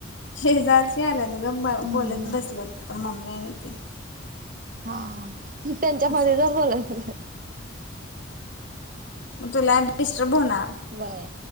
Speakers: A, on the left; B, on the right.
A: शेजारचे आलंत ग
B: हम्म
A: बोलत
B: हम्म
A: बसल मम्मी आणि ते
B: हा तु त्यांच्या
A: असं
B: मधे जाऊन बोलत
A: आता लाट डिस्टर्ब होणार
B: व्हय.